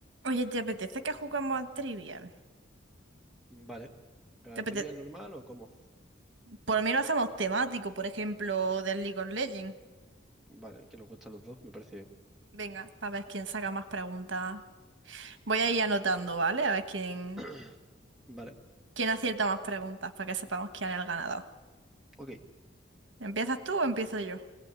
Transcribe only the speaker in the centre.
Vale. ¿Pero
al
trivial normal o cómo?
Vale, que nos gustan los dos, me parece bien.
<clears throat> Vale,
ok.